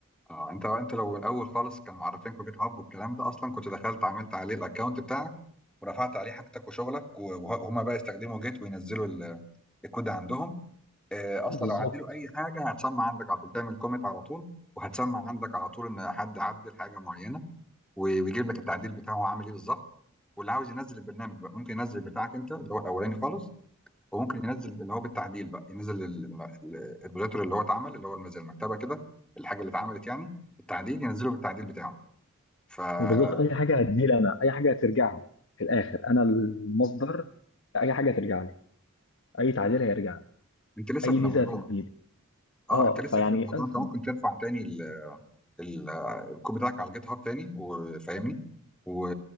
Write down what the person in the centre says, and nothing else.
اه انت انت لو الاول خالص كان معرفينكوا جيت هاب والكلام ده اصلا كنت دخلت عملت عليه الاكونت بتاعك ورفعت عليه حاجتك وشغلك و- وهما بقى يستخدموا جيت وينزلوا ال- الكود عندهم آه، اصلا
لو عدلوا اي حاجه هتسمع عندك على طول تعمل كومنت على طول وهتسمع عندك على طول ان حد عدل حاجه معينه و- ويجيب لك التعديل بتاعه هو عامل ايه بالظبط واللي عاوز ينزل البرنامج بقى ممكن ينزل بتاعك انت اللي هو الاولاني خالص وممكن ينزل اللي هو بالتعديل بقى ينزل ال- الم- ال- الريبوزيتوري اللي هو اتعمل اللي هو الم- زي المكتبه كده الحاجه اللي اتعملت يعني التعديل ينزله بالتعديل بتاعه فانت
لسه
في الموضوع
اه
انت لسه
في الموضوع
انت
ممكن ترفع تاني ال- ال- الكود بتاعك على الجيت هاب تاني وفاهمني و